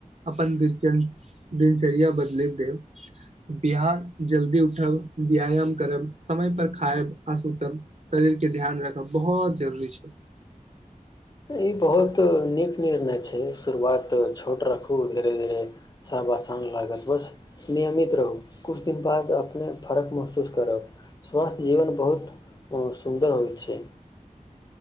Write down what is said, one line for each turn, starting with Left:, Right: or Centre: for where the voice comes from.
Right: अपन दिनचर्य दिनचर्या बदलि देब बिहान जल्दी उठब व्यायाम करब समयप खायब आ सुतब शरीरके ध्यान राखब बहुत जरूरी छै
Left: ई बहुत नीक निर्णय छै शुरुआत छोट राखू धीरे धीरे बसान लागल बस नियमित रहू किछु दिन बाद अपने फर्क महसूस करब स्वास्थ्य जीवन बहुत सुन्दर होइ छै